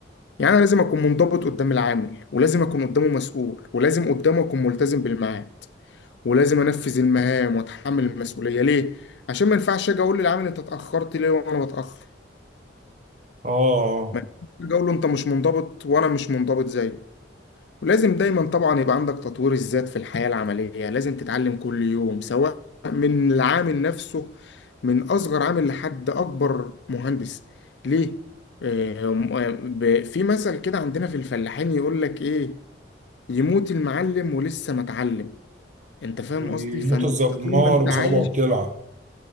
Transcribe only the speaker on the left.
يعني انا لازم اكون منضبط قدام العامل ولازم اكون قدامه مسؤول ولازم قدامه اكون ملتزم بالميعاد ولازم انفذ المهام واتحمل المسؤوليه ليه عشان ما ينفعش اجي اقول للعامل انت اتاخرت ليه وانا بتاخر
ما ينفعش أجي اقول له انت مش منضبط وانا مش منضبط زيه ولازم دايما طبعا يبقى عندك تطوير الذات في الحياة العملية لازم تتعلم كل يوم سواء من العامل نفسه من اصغر عامل لحد اكبر مهندس ليه آه، ب- في مثل كده عندنا في الفلاحين يقول لك ايه يموت المعلم ولسه ما اتعلم انت فاهم
قصدي فانت
طول ما انت
عايش